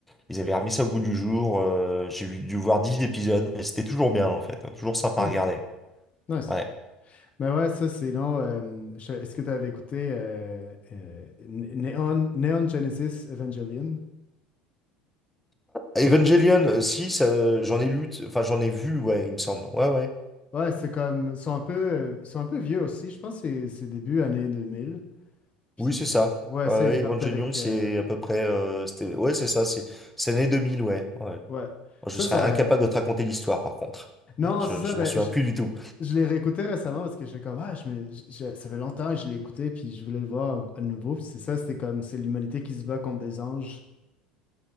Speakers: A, in the centre; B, on the left (about 35°).
A: ils avaient remis ça au goût du jour. Euh, j'ai vu- dû voir 10 épisodes, mais c'était toujours bien en fait. Toujours sympa
B: Hmm,
A: à regarder.
B: nice.
A: Ouais.
B: Mais ouais, ça, sinon, euh, je- est-ce que tu avais écouté euh, euh, N- Neon, Neon Genesis Evangelion?
A: Evangelion, euh, si, ça, j'en ai lu, t- enfin j'en ai vu, ouais, il me semble. Ouais, ouais.
B: Ouais, c'est comme, ils sont un peu, euh, ils sont un peu vieux aussi. Je pense que c'est c'est début années deux mille Puis,
A: Oui, c'est ça.
B: ouais,
A: Ouais,
B: ça, ils
A: ouais,
B: se battent
A: Evangelion,
B: avec.
A: c'est
B: euh,
A: à peu près. euh, c'était, ouais, c'est ça. C'est c'est l'année deux mille ouais. ouais. Moi,
B: ouais.
A: Je
B: Ça,
A: serais
B: ça.
A: incapable de te raconter l'histoire, par contre.
B: Non,
A: Je,
B: c'est ça.
A: je
B: Ben,
A: m'en souviens plus du tout.
B: Je l'ai réécouté récemment parce que j'ai comme, ah, je me- je- je- ça fait longtemps que je l'ai écouté, puis je voulais le voir à nouveau. Puis c'est ça, c'était comme, c'est l'humanité qui se bat contre des anges.